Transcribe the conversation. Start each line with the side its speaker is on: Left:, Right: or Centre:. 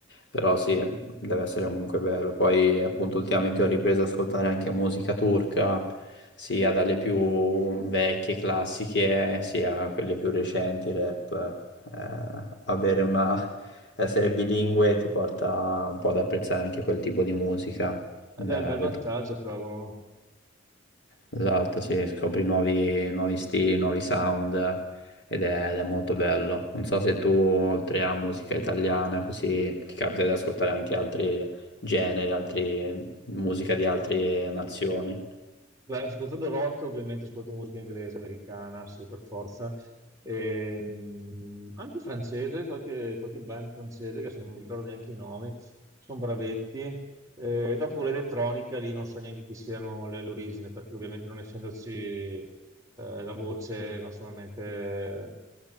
Left: Però sì, deve essere comunque bello. Poi appunto ultimamente ho ripreso ad ascoltare anche musica turca, sia dalle più vecchie classiche, sia quelle più recenti, rap. Eh, avere una... essere bilingue ti porta un po' ad apprezzare anche quel tipo di musica eh,
Right: Ed è un bel vantaggio,
Left: del
Right: cavolo.
Left: Esatto, sì, scopri nuovi, nuovi stili, nuovi sound ed è, ed è molto bello. Non so se tu, oltre a musica italiana, così ti capita di ascoltare anche altri generi, altri, musica di altre nazioni.
Right: Beh, ascoltando rock, ovviamente ascolto musica inglese, americana, sì, per forza. Ehm, anche francese, qualche, qualche band francese, che se non mi ricordo neanche i nomi, sono bravetti. Eh, dopo con l'elettronica lì non so neanche chi siano le- l'origine, perché ovviamente non essendoci eh, la voce, ma solamente